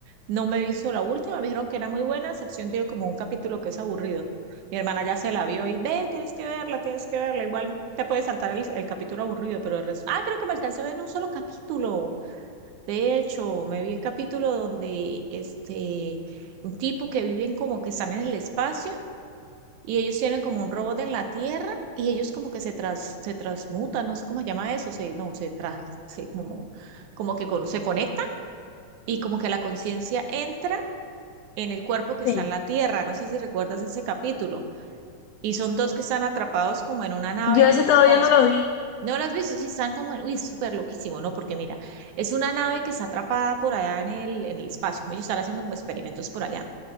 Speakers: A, on the right; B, on the left.
A: no me he visto la última, me dijeron que era muy buena, a excepción de como un capítulo que es aburrido. Mi hermana ya se la vio y ve, tienes que verla, tienes que verla, igual te puedes saltar el, el capítulo aburrido, pero el resto... Ah, creo que me alcancé a ver un solo capítulo. De hecho, me vi el capítulo donde este, un tipo que viven como que están en el espacio. Y ellos tienen como un robot en la Tierra y ellos como que se, tras, se transmutan, no sé cómo se llama eso, se, no, se, tras, se como, como que con, se conectan y como que la conciencia entra en el cuerpo que
B: sí.
A: está en la Tierra. No sé si recuerdas ese capítulo. Y son dos que están atrapados como en una nave
B: Yo
A: en
B: ese
A: el espacio.
B: todavía no lo vi.
A: ¿No lo has visto? Sí, están como, en- uy, es súper loquísimo, ¿no? Porque mira, es una nave que está atrapada por allá en el, en el espacio. Ellos están haciendo como experimentos por allá.